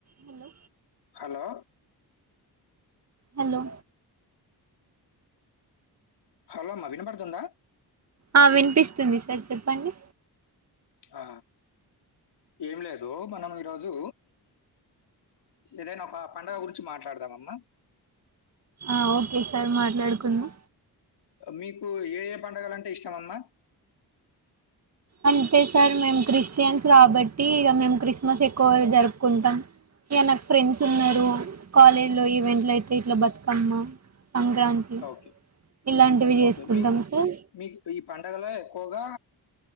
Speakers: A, on the right; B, on the left.
A: Hello
B: hello
A: hello
B: hello అమ్మ వినపడుతుందా
A: ఆ వినిపిస్తుంది సార్ చెప్పండి
B: ఆ ఏం లేదు మనం ఈరోజు ఏదైనా ఒక పండగ గురించి మాట్లాడదామమ్మ
A: ఆ ఓకే సార్ మాట్లాడుకుందాం
B: మీకు ఏ ఏ పండగలు అంటే ఇష్టం అమ్మా
A: అంతే సార్ మేము క్రిస్టియన్స్ కాబట్టి ఇక మేము క్రిస్మస్ ఎక్కువ జరుపుకుంటాం ఇగ నాకు ఫ్రెండ్స్ ఉన్నారు కాలేజ్లో ఈవెంట్ అయితే ఇట్లా బతుకమ్మ సంక్రాంతి
B: ఓకే
A: ఇలాంటివి చేసుకుంటాం
B: ఓకే మీ
A: సార్
B: మీకు ఈ పండగలో ఎక్కువగా